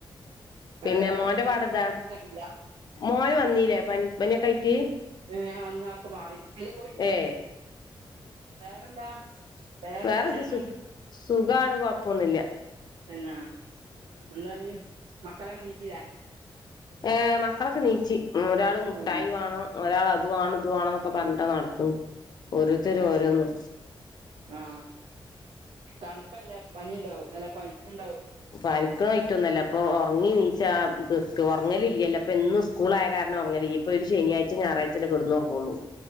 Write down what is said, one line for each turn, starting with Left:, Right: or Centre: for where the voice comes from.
Left: പിന്നെ
Right: ഏതായാലും
Left: മോന്റെ
Right: എനിക്ക് വരാനുള്ള
Left: പാടെന്താ
Right: വഴിക്ക് തന്നില്ല
Left: മോൻ വന്നീല്ലേ പനി പനൊക്കെ ആയിട്ട്
Right: ഏ അന്നക്കെ മാറി അല്ല പോയിട്ടില്ല
Left: ഏ
Right: വേറെന്താ വേറെന്ത്
Left: വേറെത്
Right: വിശേഷം
Left: സു സുഖാണ് കൊഴപ്പൊന്നില്ല
Right: എന്നാ എന്താ മക്കളൊക്കെ എനീച്ചില്ലേ
Left: ഏ മക്കളൊക്കെ എനീച്ചു ഒരാള് മുട്ടായി
Right: ഉം
Left: വേണം ഒരാള് അതു വേണം ഇതവാണെന്നൊക്കെ പറഞ്ഞിട്ടാണ്‌ നട ഉം ഓരോത്തര്
Right: അത്
Left: ഓരോന്ന്
Right: ശരി ആ തണുപ്പല്ലേ പനി ഉണ്ടാവും അല്ല പയ്പ്പ് ഉണ്ടാവും
Left: പനിക്കായിട്ടൊന്നല്ല. അപ്പൊ ഒറങ്ങി എനിച്ചാ കിറുക്ക് ഒറങ്ങലില്ലല്ലോ അപ്പൊ ഇന്നും സ്കൂള് ആയ കാര ണം ഉറങ്ങെണെങ്കി ഇപ്പൊ ഒരു ശനിയാഴ്ച ഞായറാഴ്ച അല്ലേ കിടന്ന് ഉറങ്ങൊള്ളൂ.